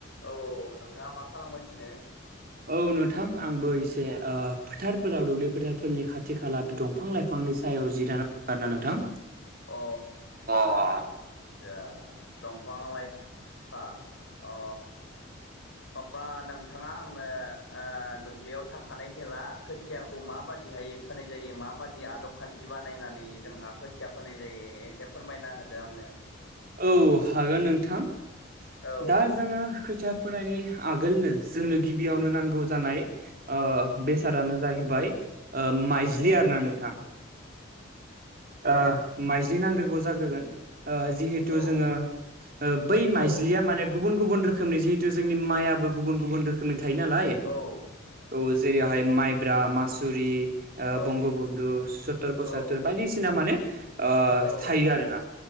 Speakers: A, on the left (about 65°); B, on the right (about 45°).
A: औ नोंथाङा मा खालामगासिनो
B: औ नोंथां आंबो एसे फोथारफोराव दुब्लि फोथारफोरनि खाथि खाला दंफां लाइफां बिफांनि सायाव जिदा नाम्बार ना नोंथां
A: अ
B: अ
A: आसा दंफां लायां अ मबा नोंथाङा आंनो दुब्लियाव थाखानाय जेला खोथियाखौ माबादिहाय फोनाय जायो माबाददि आदब खान्थि बानायनानै जोंहाा खोथिया फोनाय जायो एसे फोरमायना होदो आंनो
B: औ हागोन नोंथां
A: औ
B: दा जोङो खैथया फोनायनि आगोलनो जोंनो गिबियावनो नांगौ जानाय
A: औ
B: बेसादानो जाहैबाय। माइज्लि
A: औ
B: आरोना नोंथां ओ माइज्लि नांग्रोगौ जाग्रोगोन ओ जि थु
A: औ
B: जोङो ओ बै माइज्लिया
A: औ
B: माने गुबुन गुबुन रोखोमनि जिहेतु जोंनि माइआो गुबुन गुबुन रोखोमनि थायो नालाय।
A: औ
B: औ जेरैहाय माइब्रा मासुरि
A: औ
B: बंग बन्धु र फसर
A: औ
B: बायदिसिना माने
A: औ
B: थायो आरो ना